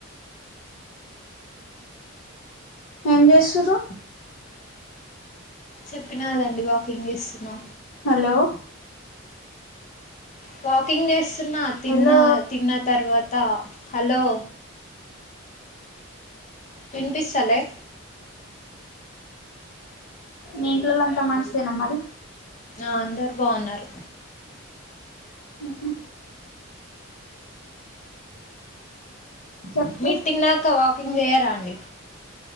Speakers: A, on the left; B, on the left.
A: ఏం చేసుర్రు
B: చెప్పిన కదండి వాకింగ్ చేస్తున్నా
A: హలో
B: వాకింగ్ చేస్తున్నా తిన్న
A: హలో
B: తిన్న తర్వా త హలో విన్పిస్తలే
A: మీ ఇంట్లో లంతా మంచిదేనా మరి
B: ఆ అందరు బావున్నారు
A: మ్ హు చెప్పు
B: మీరు తిన్నాక వాకింగ్ జేయారా అండి